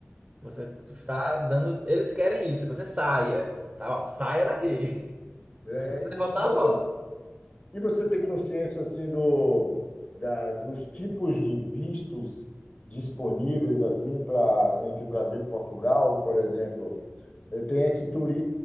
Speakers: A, on the right (about 25°); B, on the left (about 35°).
A: Você está dando. Eles querem isso, que você saia, tá? Ó, saia daqui. <laughs>
B: É,
A: Se quiser voltar,
B: e você,
A: volta.
B: e você tem consciência assim do, da, dos tipos de vistos disponíveis assim para entre Brasil e Portugal, por exemplo? Eh, Tem esse, turi,